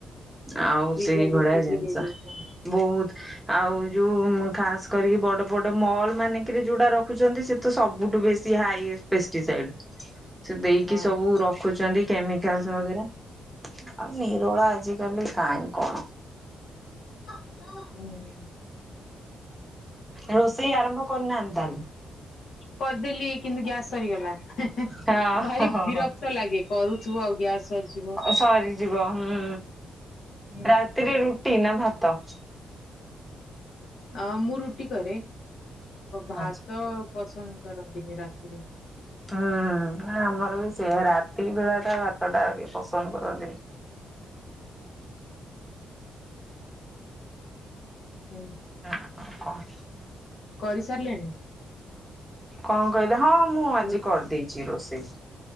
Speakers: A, in the centre; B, on the left (about 70°).
A: ଆଉ
B: ପ୍ରିଜରଭେଟିଭ
A: ସେଇ ଭଳିଆ ଜିନିଷ
B: ବି ଦେଇଦଉଚୁ।
A: ବହୁତ ଆଉ ଯୋଉ ଖାସ୍ କରିକି ବଡ ବଡ ମହଲ ମାନେଙ୍କେରେ ଯୋଉଡା ରଖୁଛନ୍ତି ସେ ତ ସବୁ ବେଶୀ ହାଇଏଷ୍ଟ ପେଷ୍ଟିସାଇଡ। ସେ ଦେଇକି
B: ହଁ
A: ସବୁ ରଖୁଛନ୍ତି କେମିକାଲ୍ ସାହାର୍ଯ୍ୟରେ ଆଉ ନିରୋଳା ଆଜିକାଲି କାଇଁ କଣ?
B: ହୁଁ।
A: ରୋଷେଇ ଆରମ୍ଭ କରିନାହାଁନ୍ତି ତାହାଲେ?
B: କରିଦେଲି କିନ୍ତୁ ଗ୍ୟାସ ସରିଗଲା ହେଁ ହେଁ
A: ହଁ
B: ଭାରି
A: ହଁ ହଁ
B: ବିରକ୍ତ
A: ହଁ।
B: ଲାଗେ। କରୁଥିବ ଆଉ ଗ୍ୟାସ୍ ସରିଯିବ।
A: ସରିଯିବ ହୁଁ
B: ହୁଁ।
A: ରାତିରେ ରୁ ଟି ଭାତ
B: ଅ ମୁଁ ରୁଟି କରେ ଭାତ
A: ଆଚ୍ଛା।
B: ପସନ୍ଦ କରନ୍ତିନି ରାତିରେ
A: ହୁଁ ନା ଆମର ବି ସେଇଆ ରାତି ବେଳାଟା ଭାତ ଟା କେହି ପସନ୍ଦ କରନ୍ତିନି।
B: ହୁଁ।
A: ନା କଣ କୁହନ୍ତୁ?
B: କରିସାରିଲେଣି?
A: କଣ କହିଲେ ହଁ ମୁଁ ଆଜି
B: ରୁ-
A: କରିଦେଇଛି ରୋଷେଇ।